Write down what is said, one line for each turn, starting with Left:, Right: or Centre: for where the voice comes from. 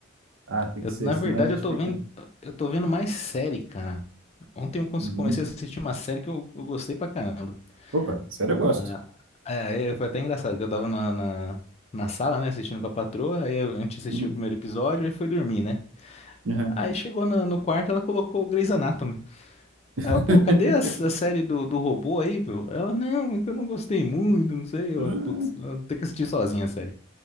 Right: Ah, tem
Left: Eu,
Right: que ser,
Left: na
Right: senão
Left: verdade,
Right: a gente
Left: eu tô
Right: fica...
Left: vendo, eu tô vendo mais série, cara. Ontem eu cons-
Right: Uhum.
Left: comecei a assistir uma série que eu, eu gostei pra caramba.
Right: Opa, sério, eu gosto.
Left: Ah, é, é, foi até engraçado, que eu tava na, na, na sala, né, assistindo com a patroa, aí a gente assistiu
Right: Uhum.
Left: o primeiro episódio, aí foi dormir, né?
Right: Uhum.
Left: Aí chegou no, no quarto, ela colocou o Grey's Anatomy.
Right: <laughs>
Left: Aí eu, pô, cadê a, s- a série do, do robô aí, meu? Ela, não, é que eu não gostei muito, não sei. Eu,
Right: Hum,
Left: putz, eu vou ter que assistir sozinha a série.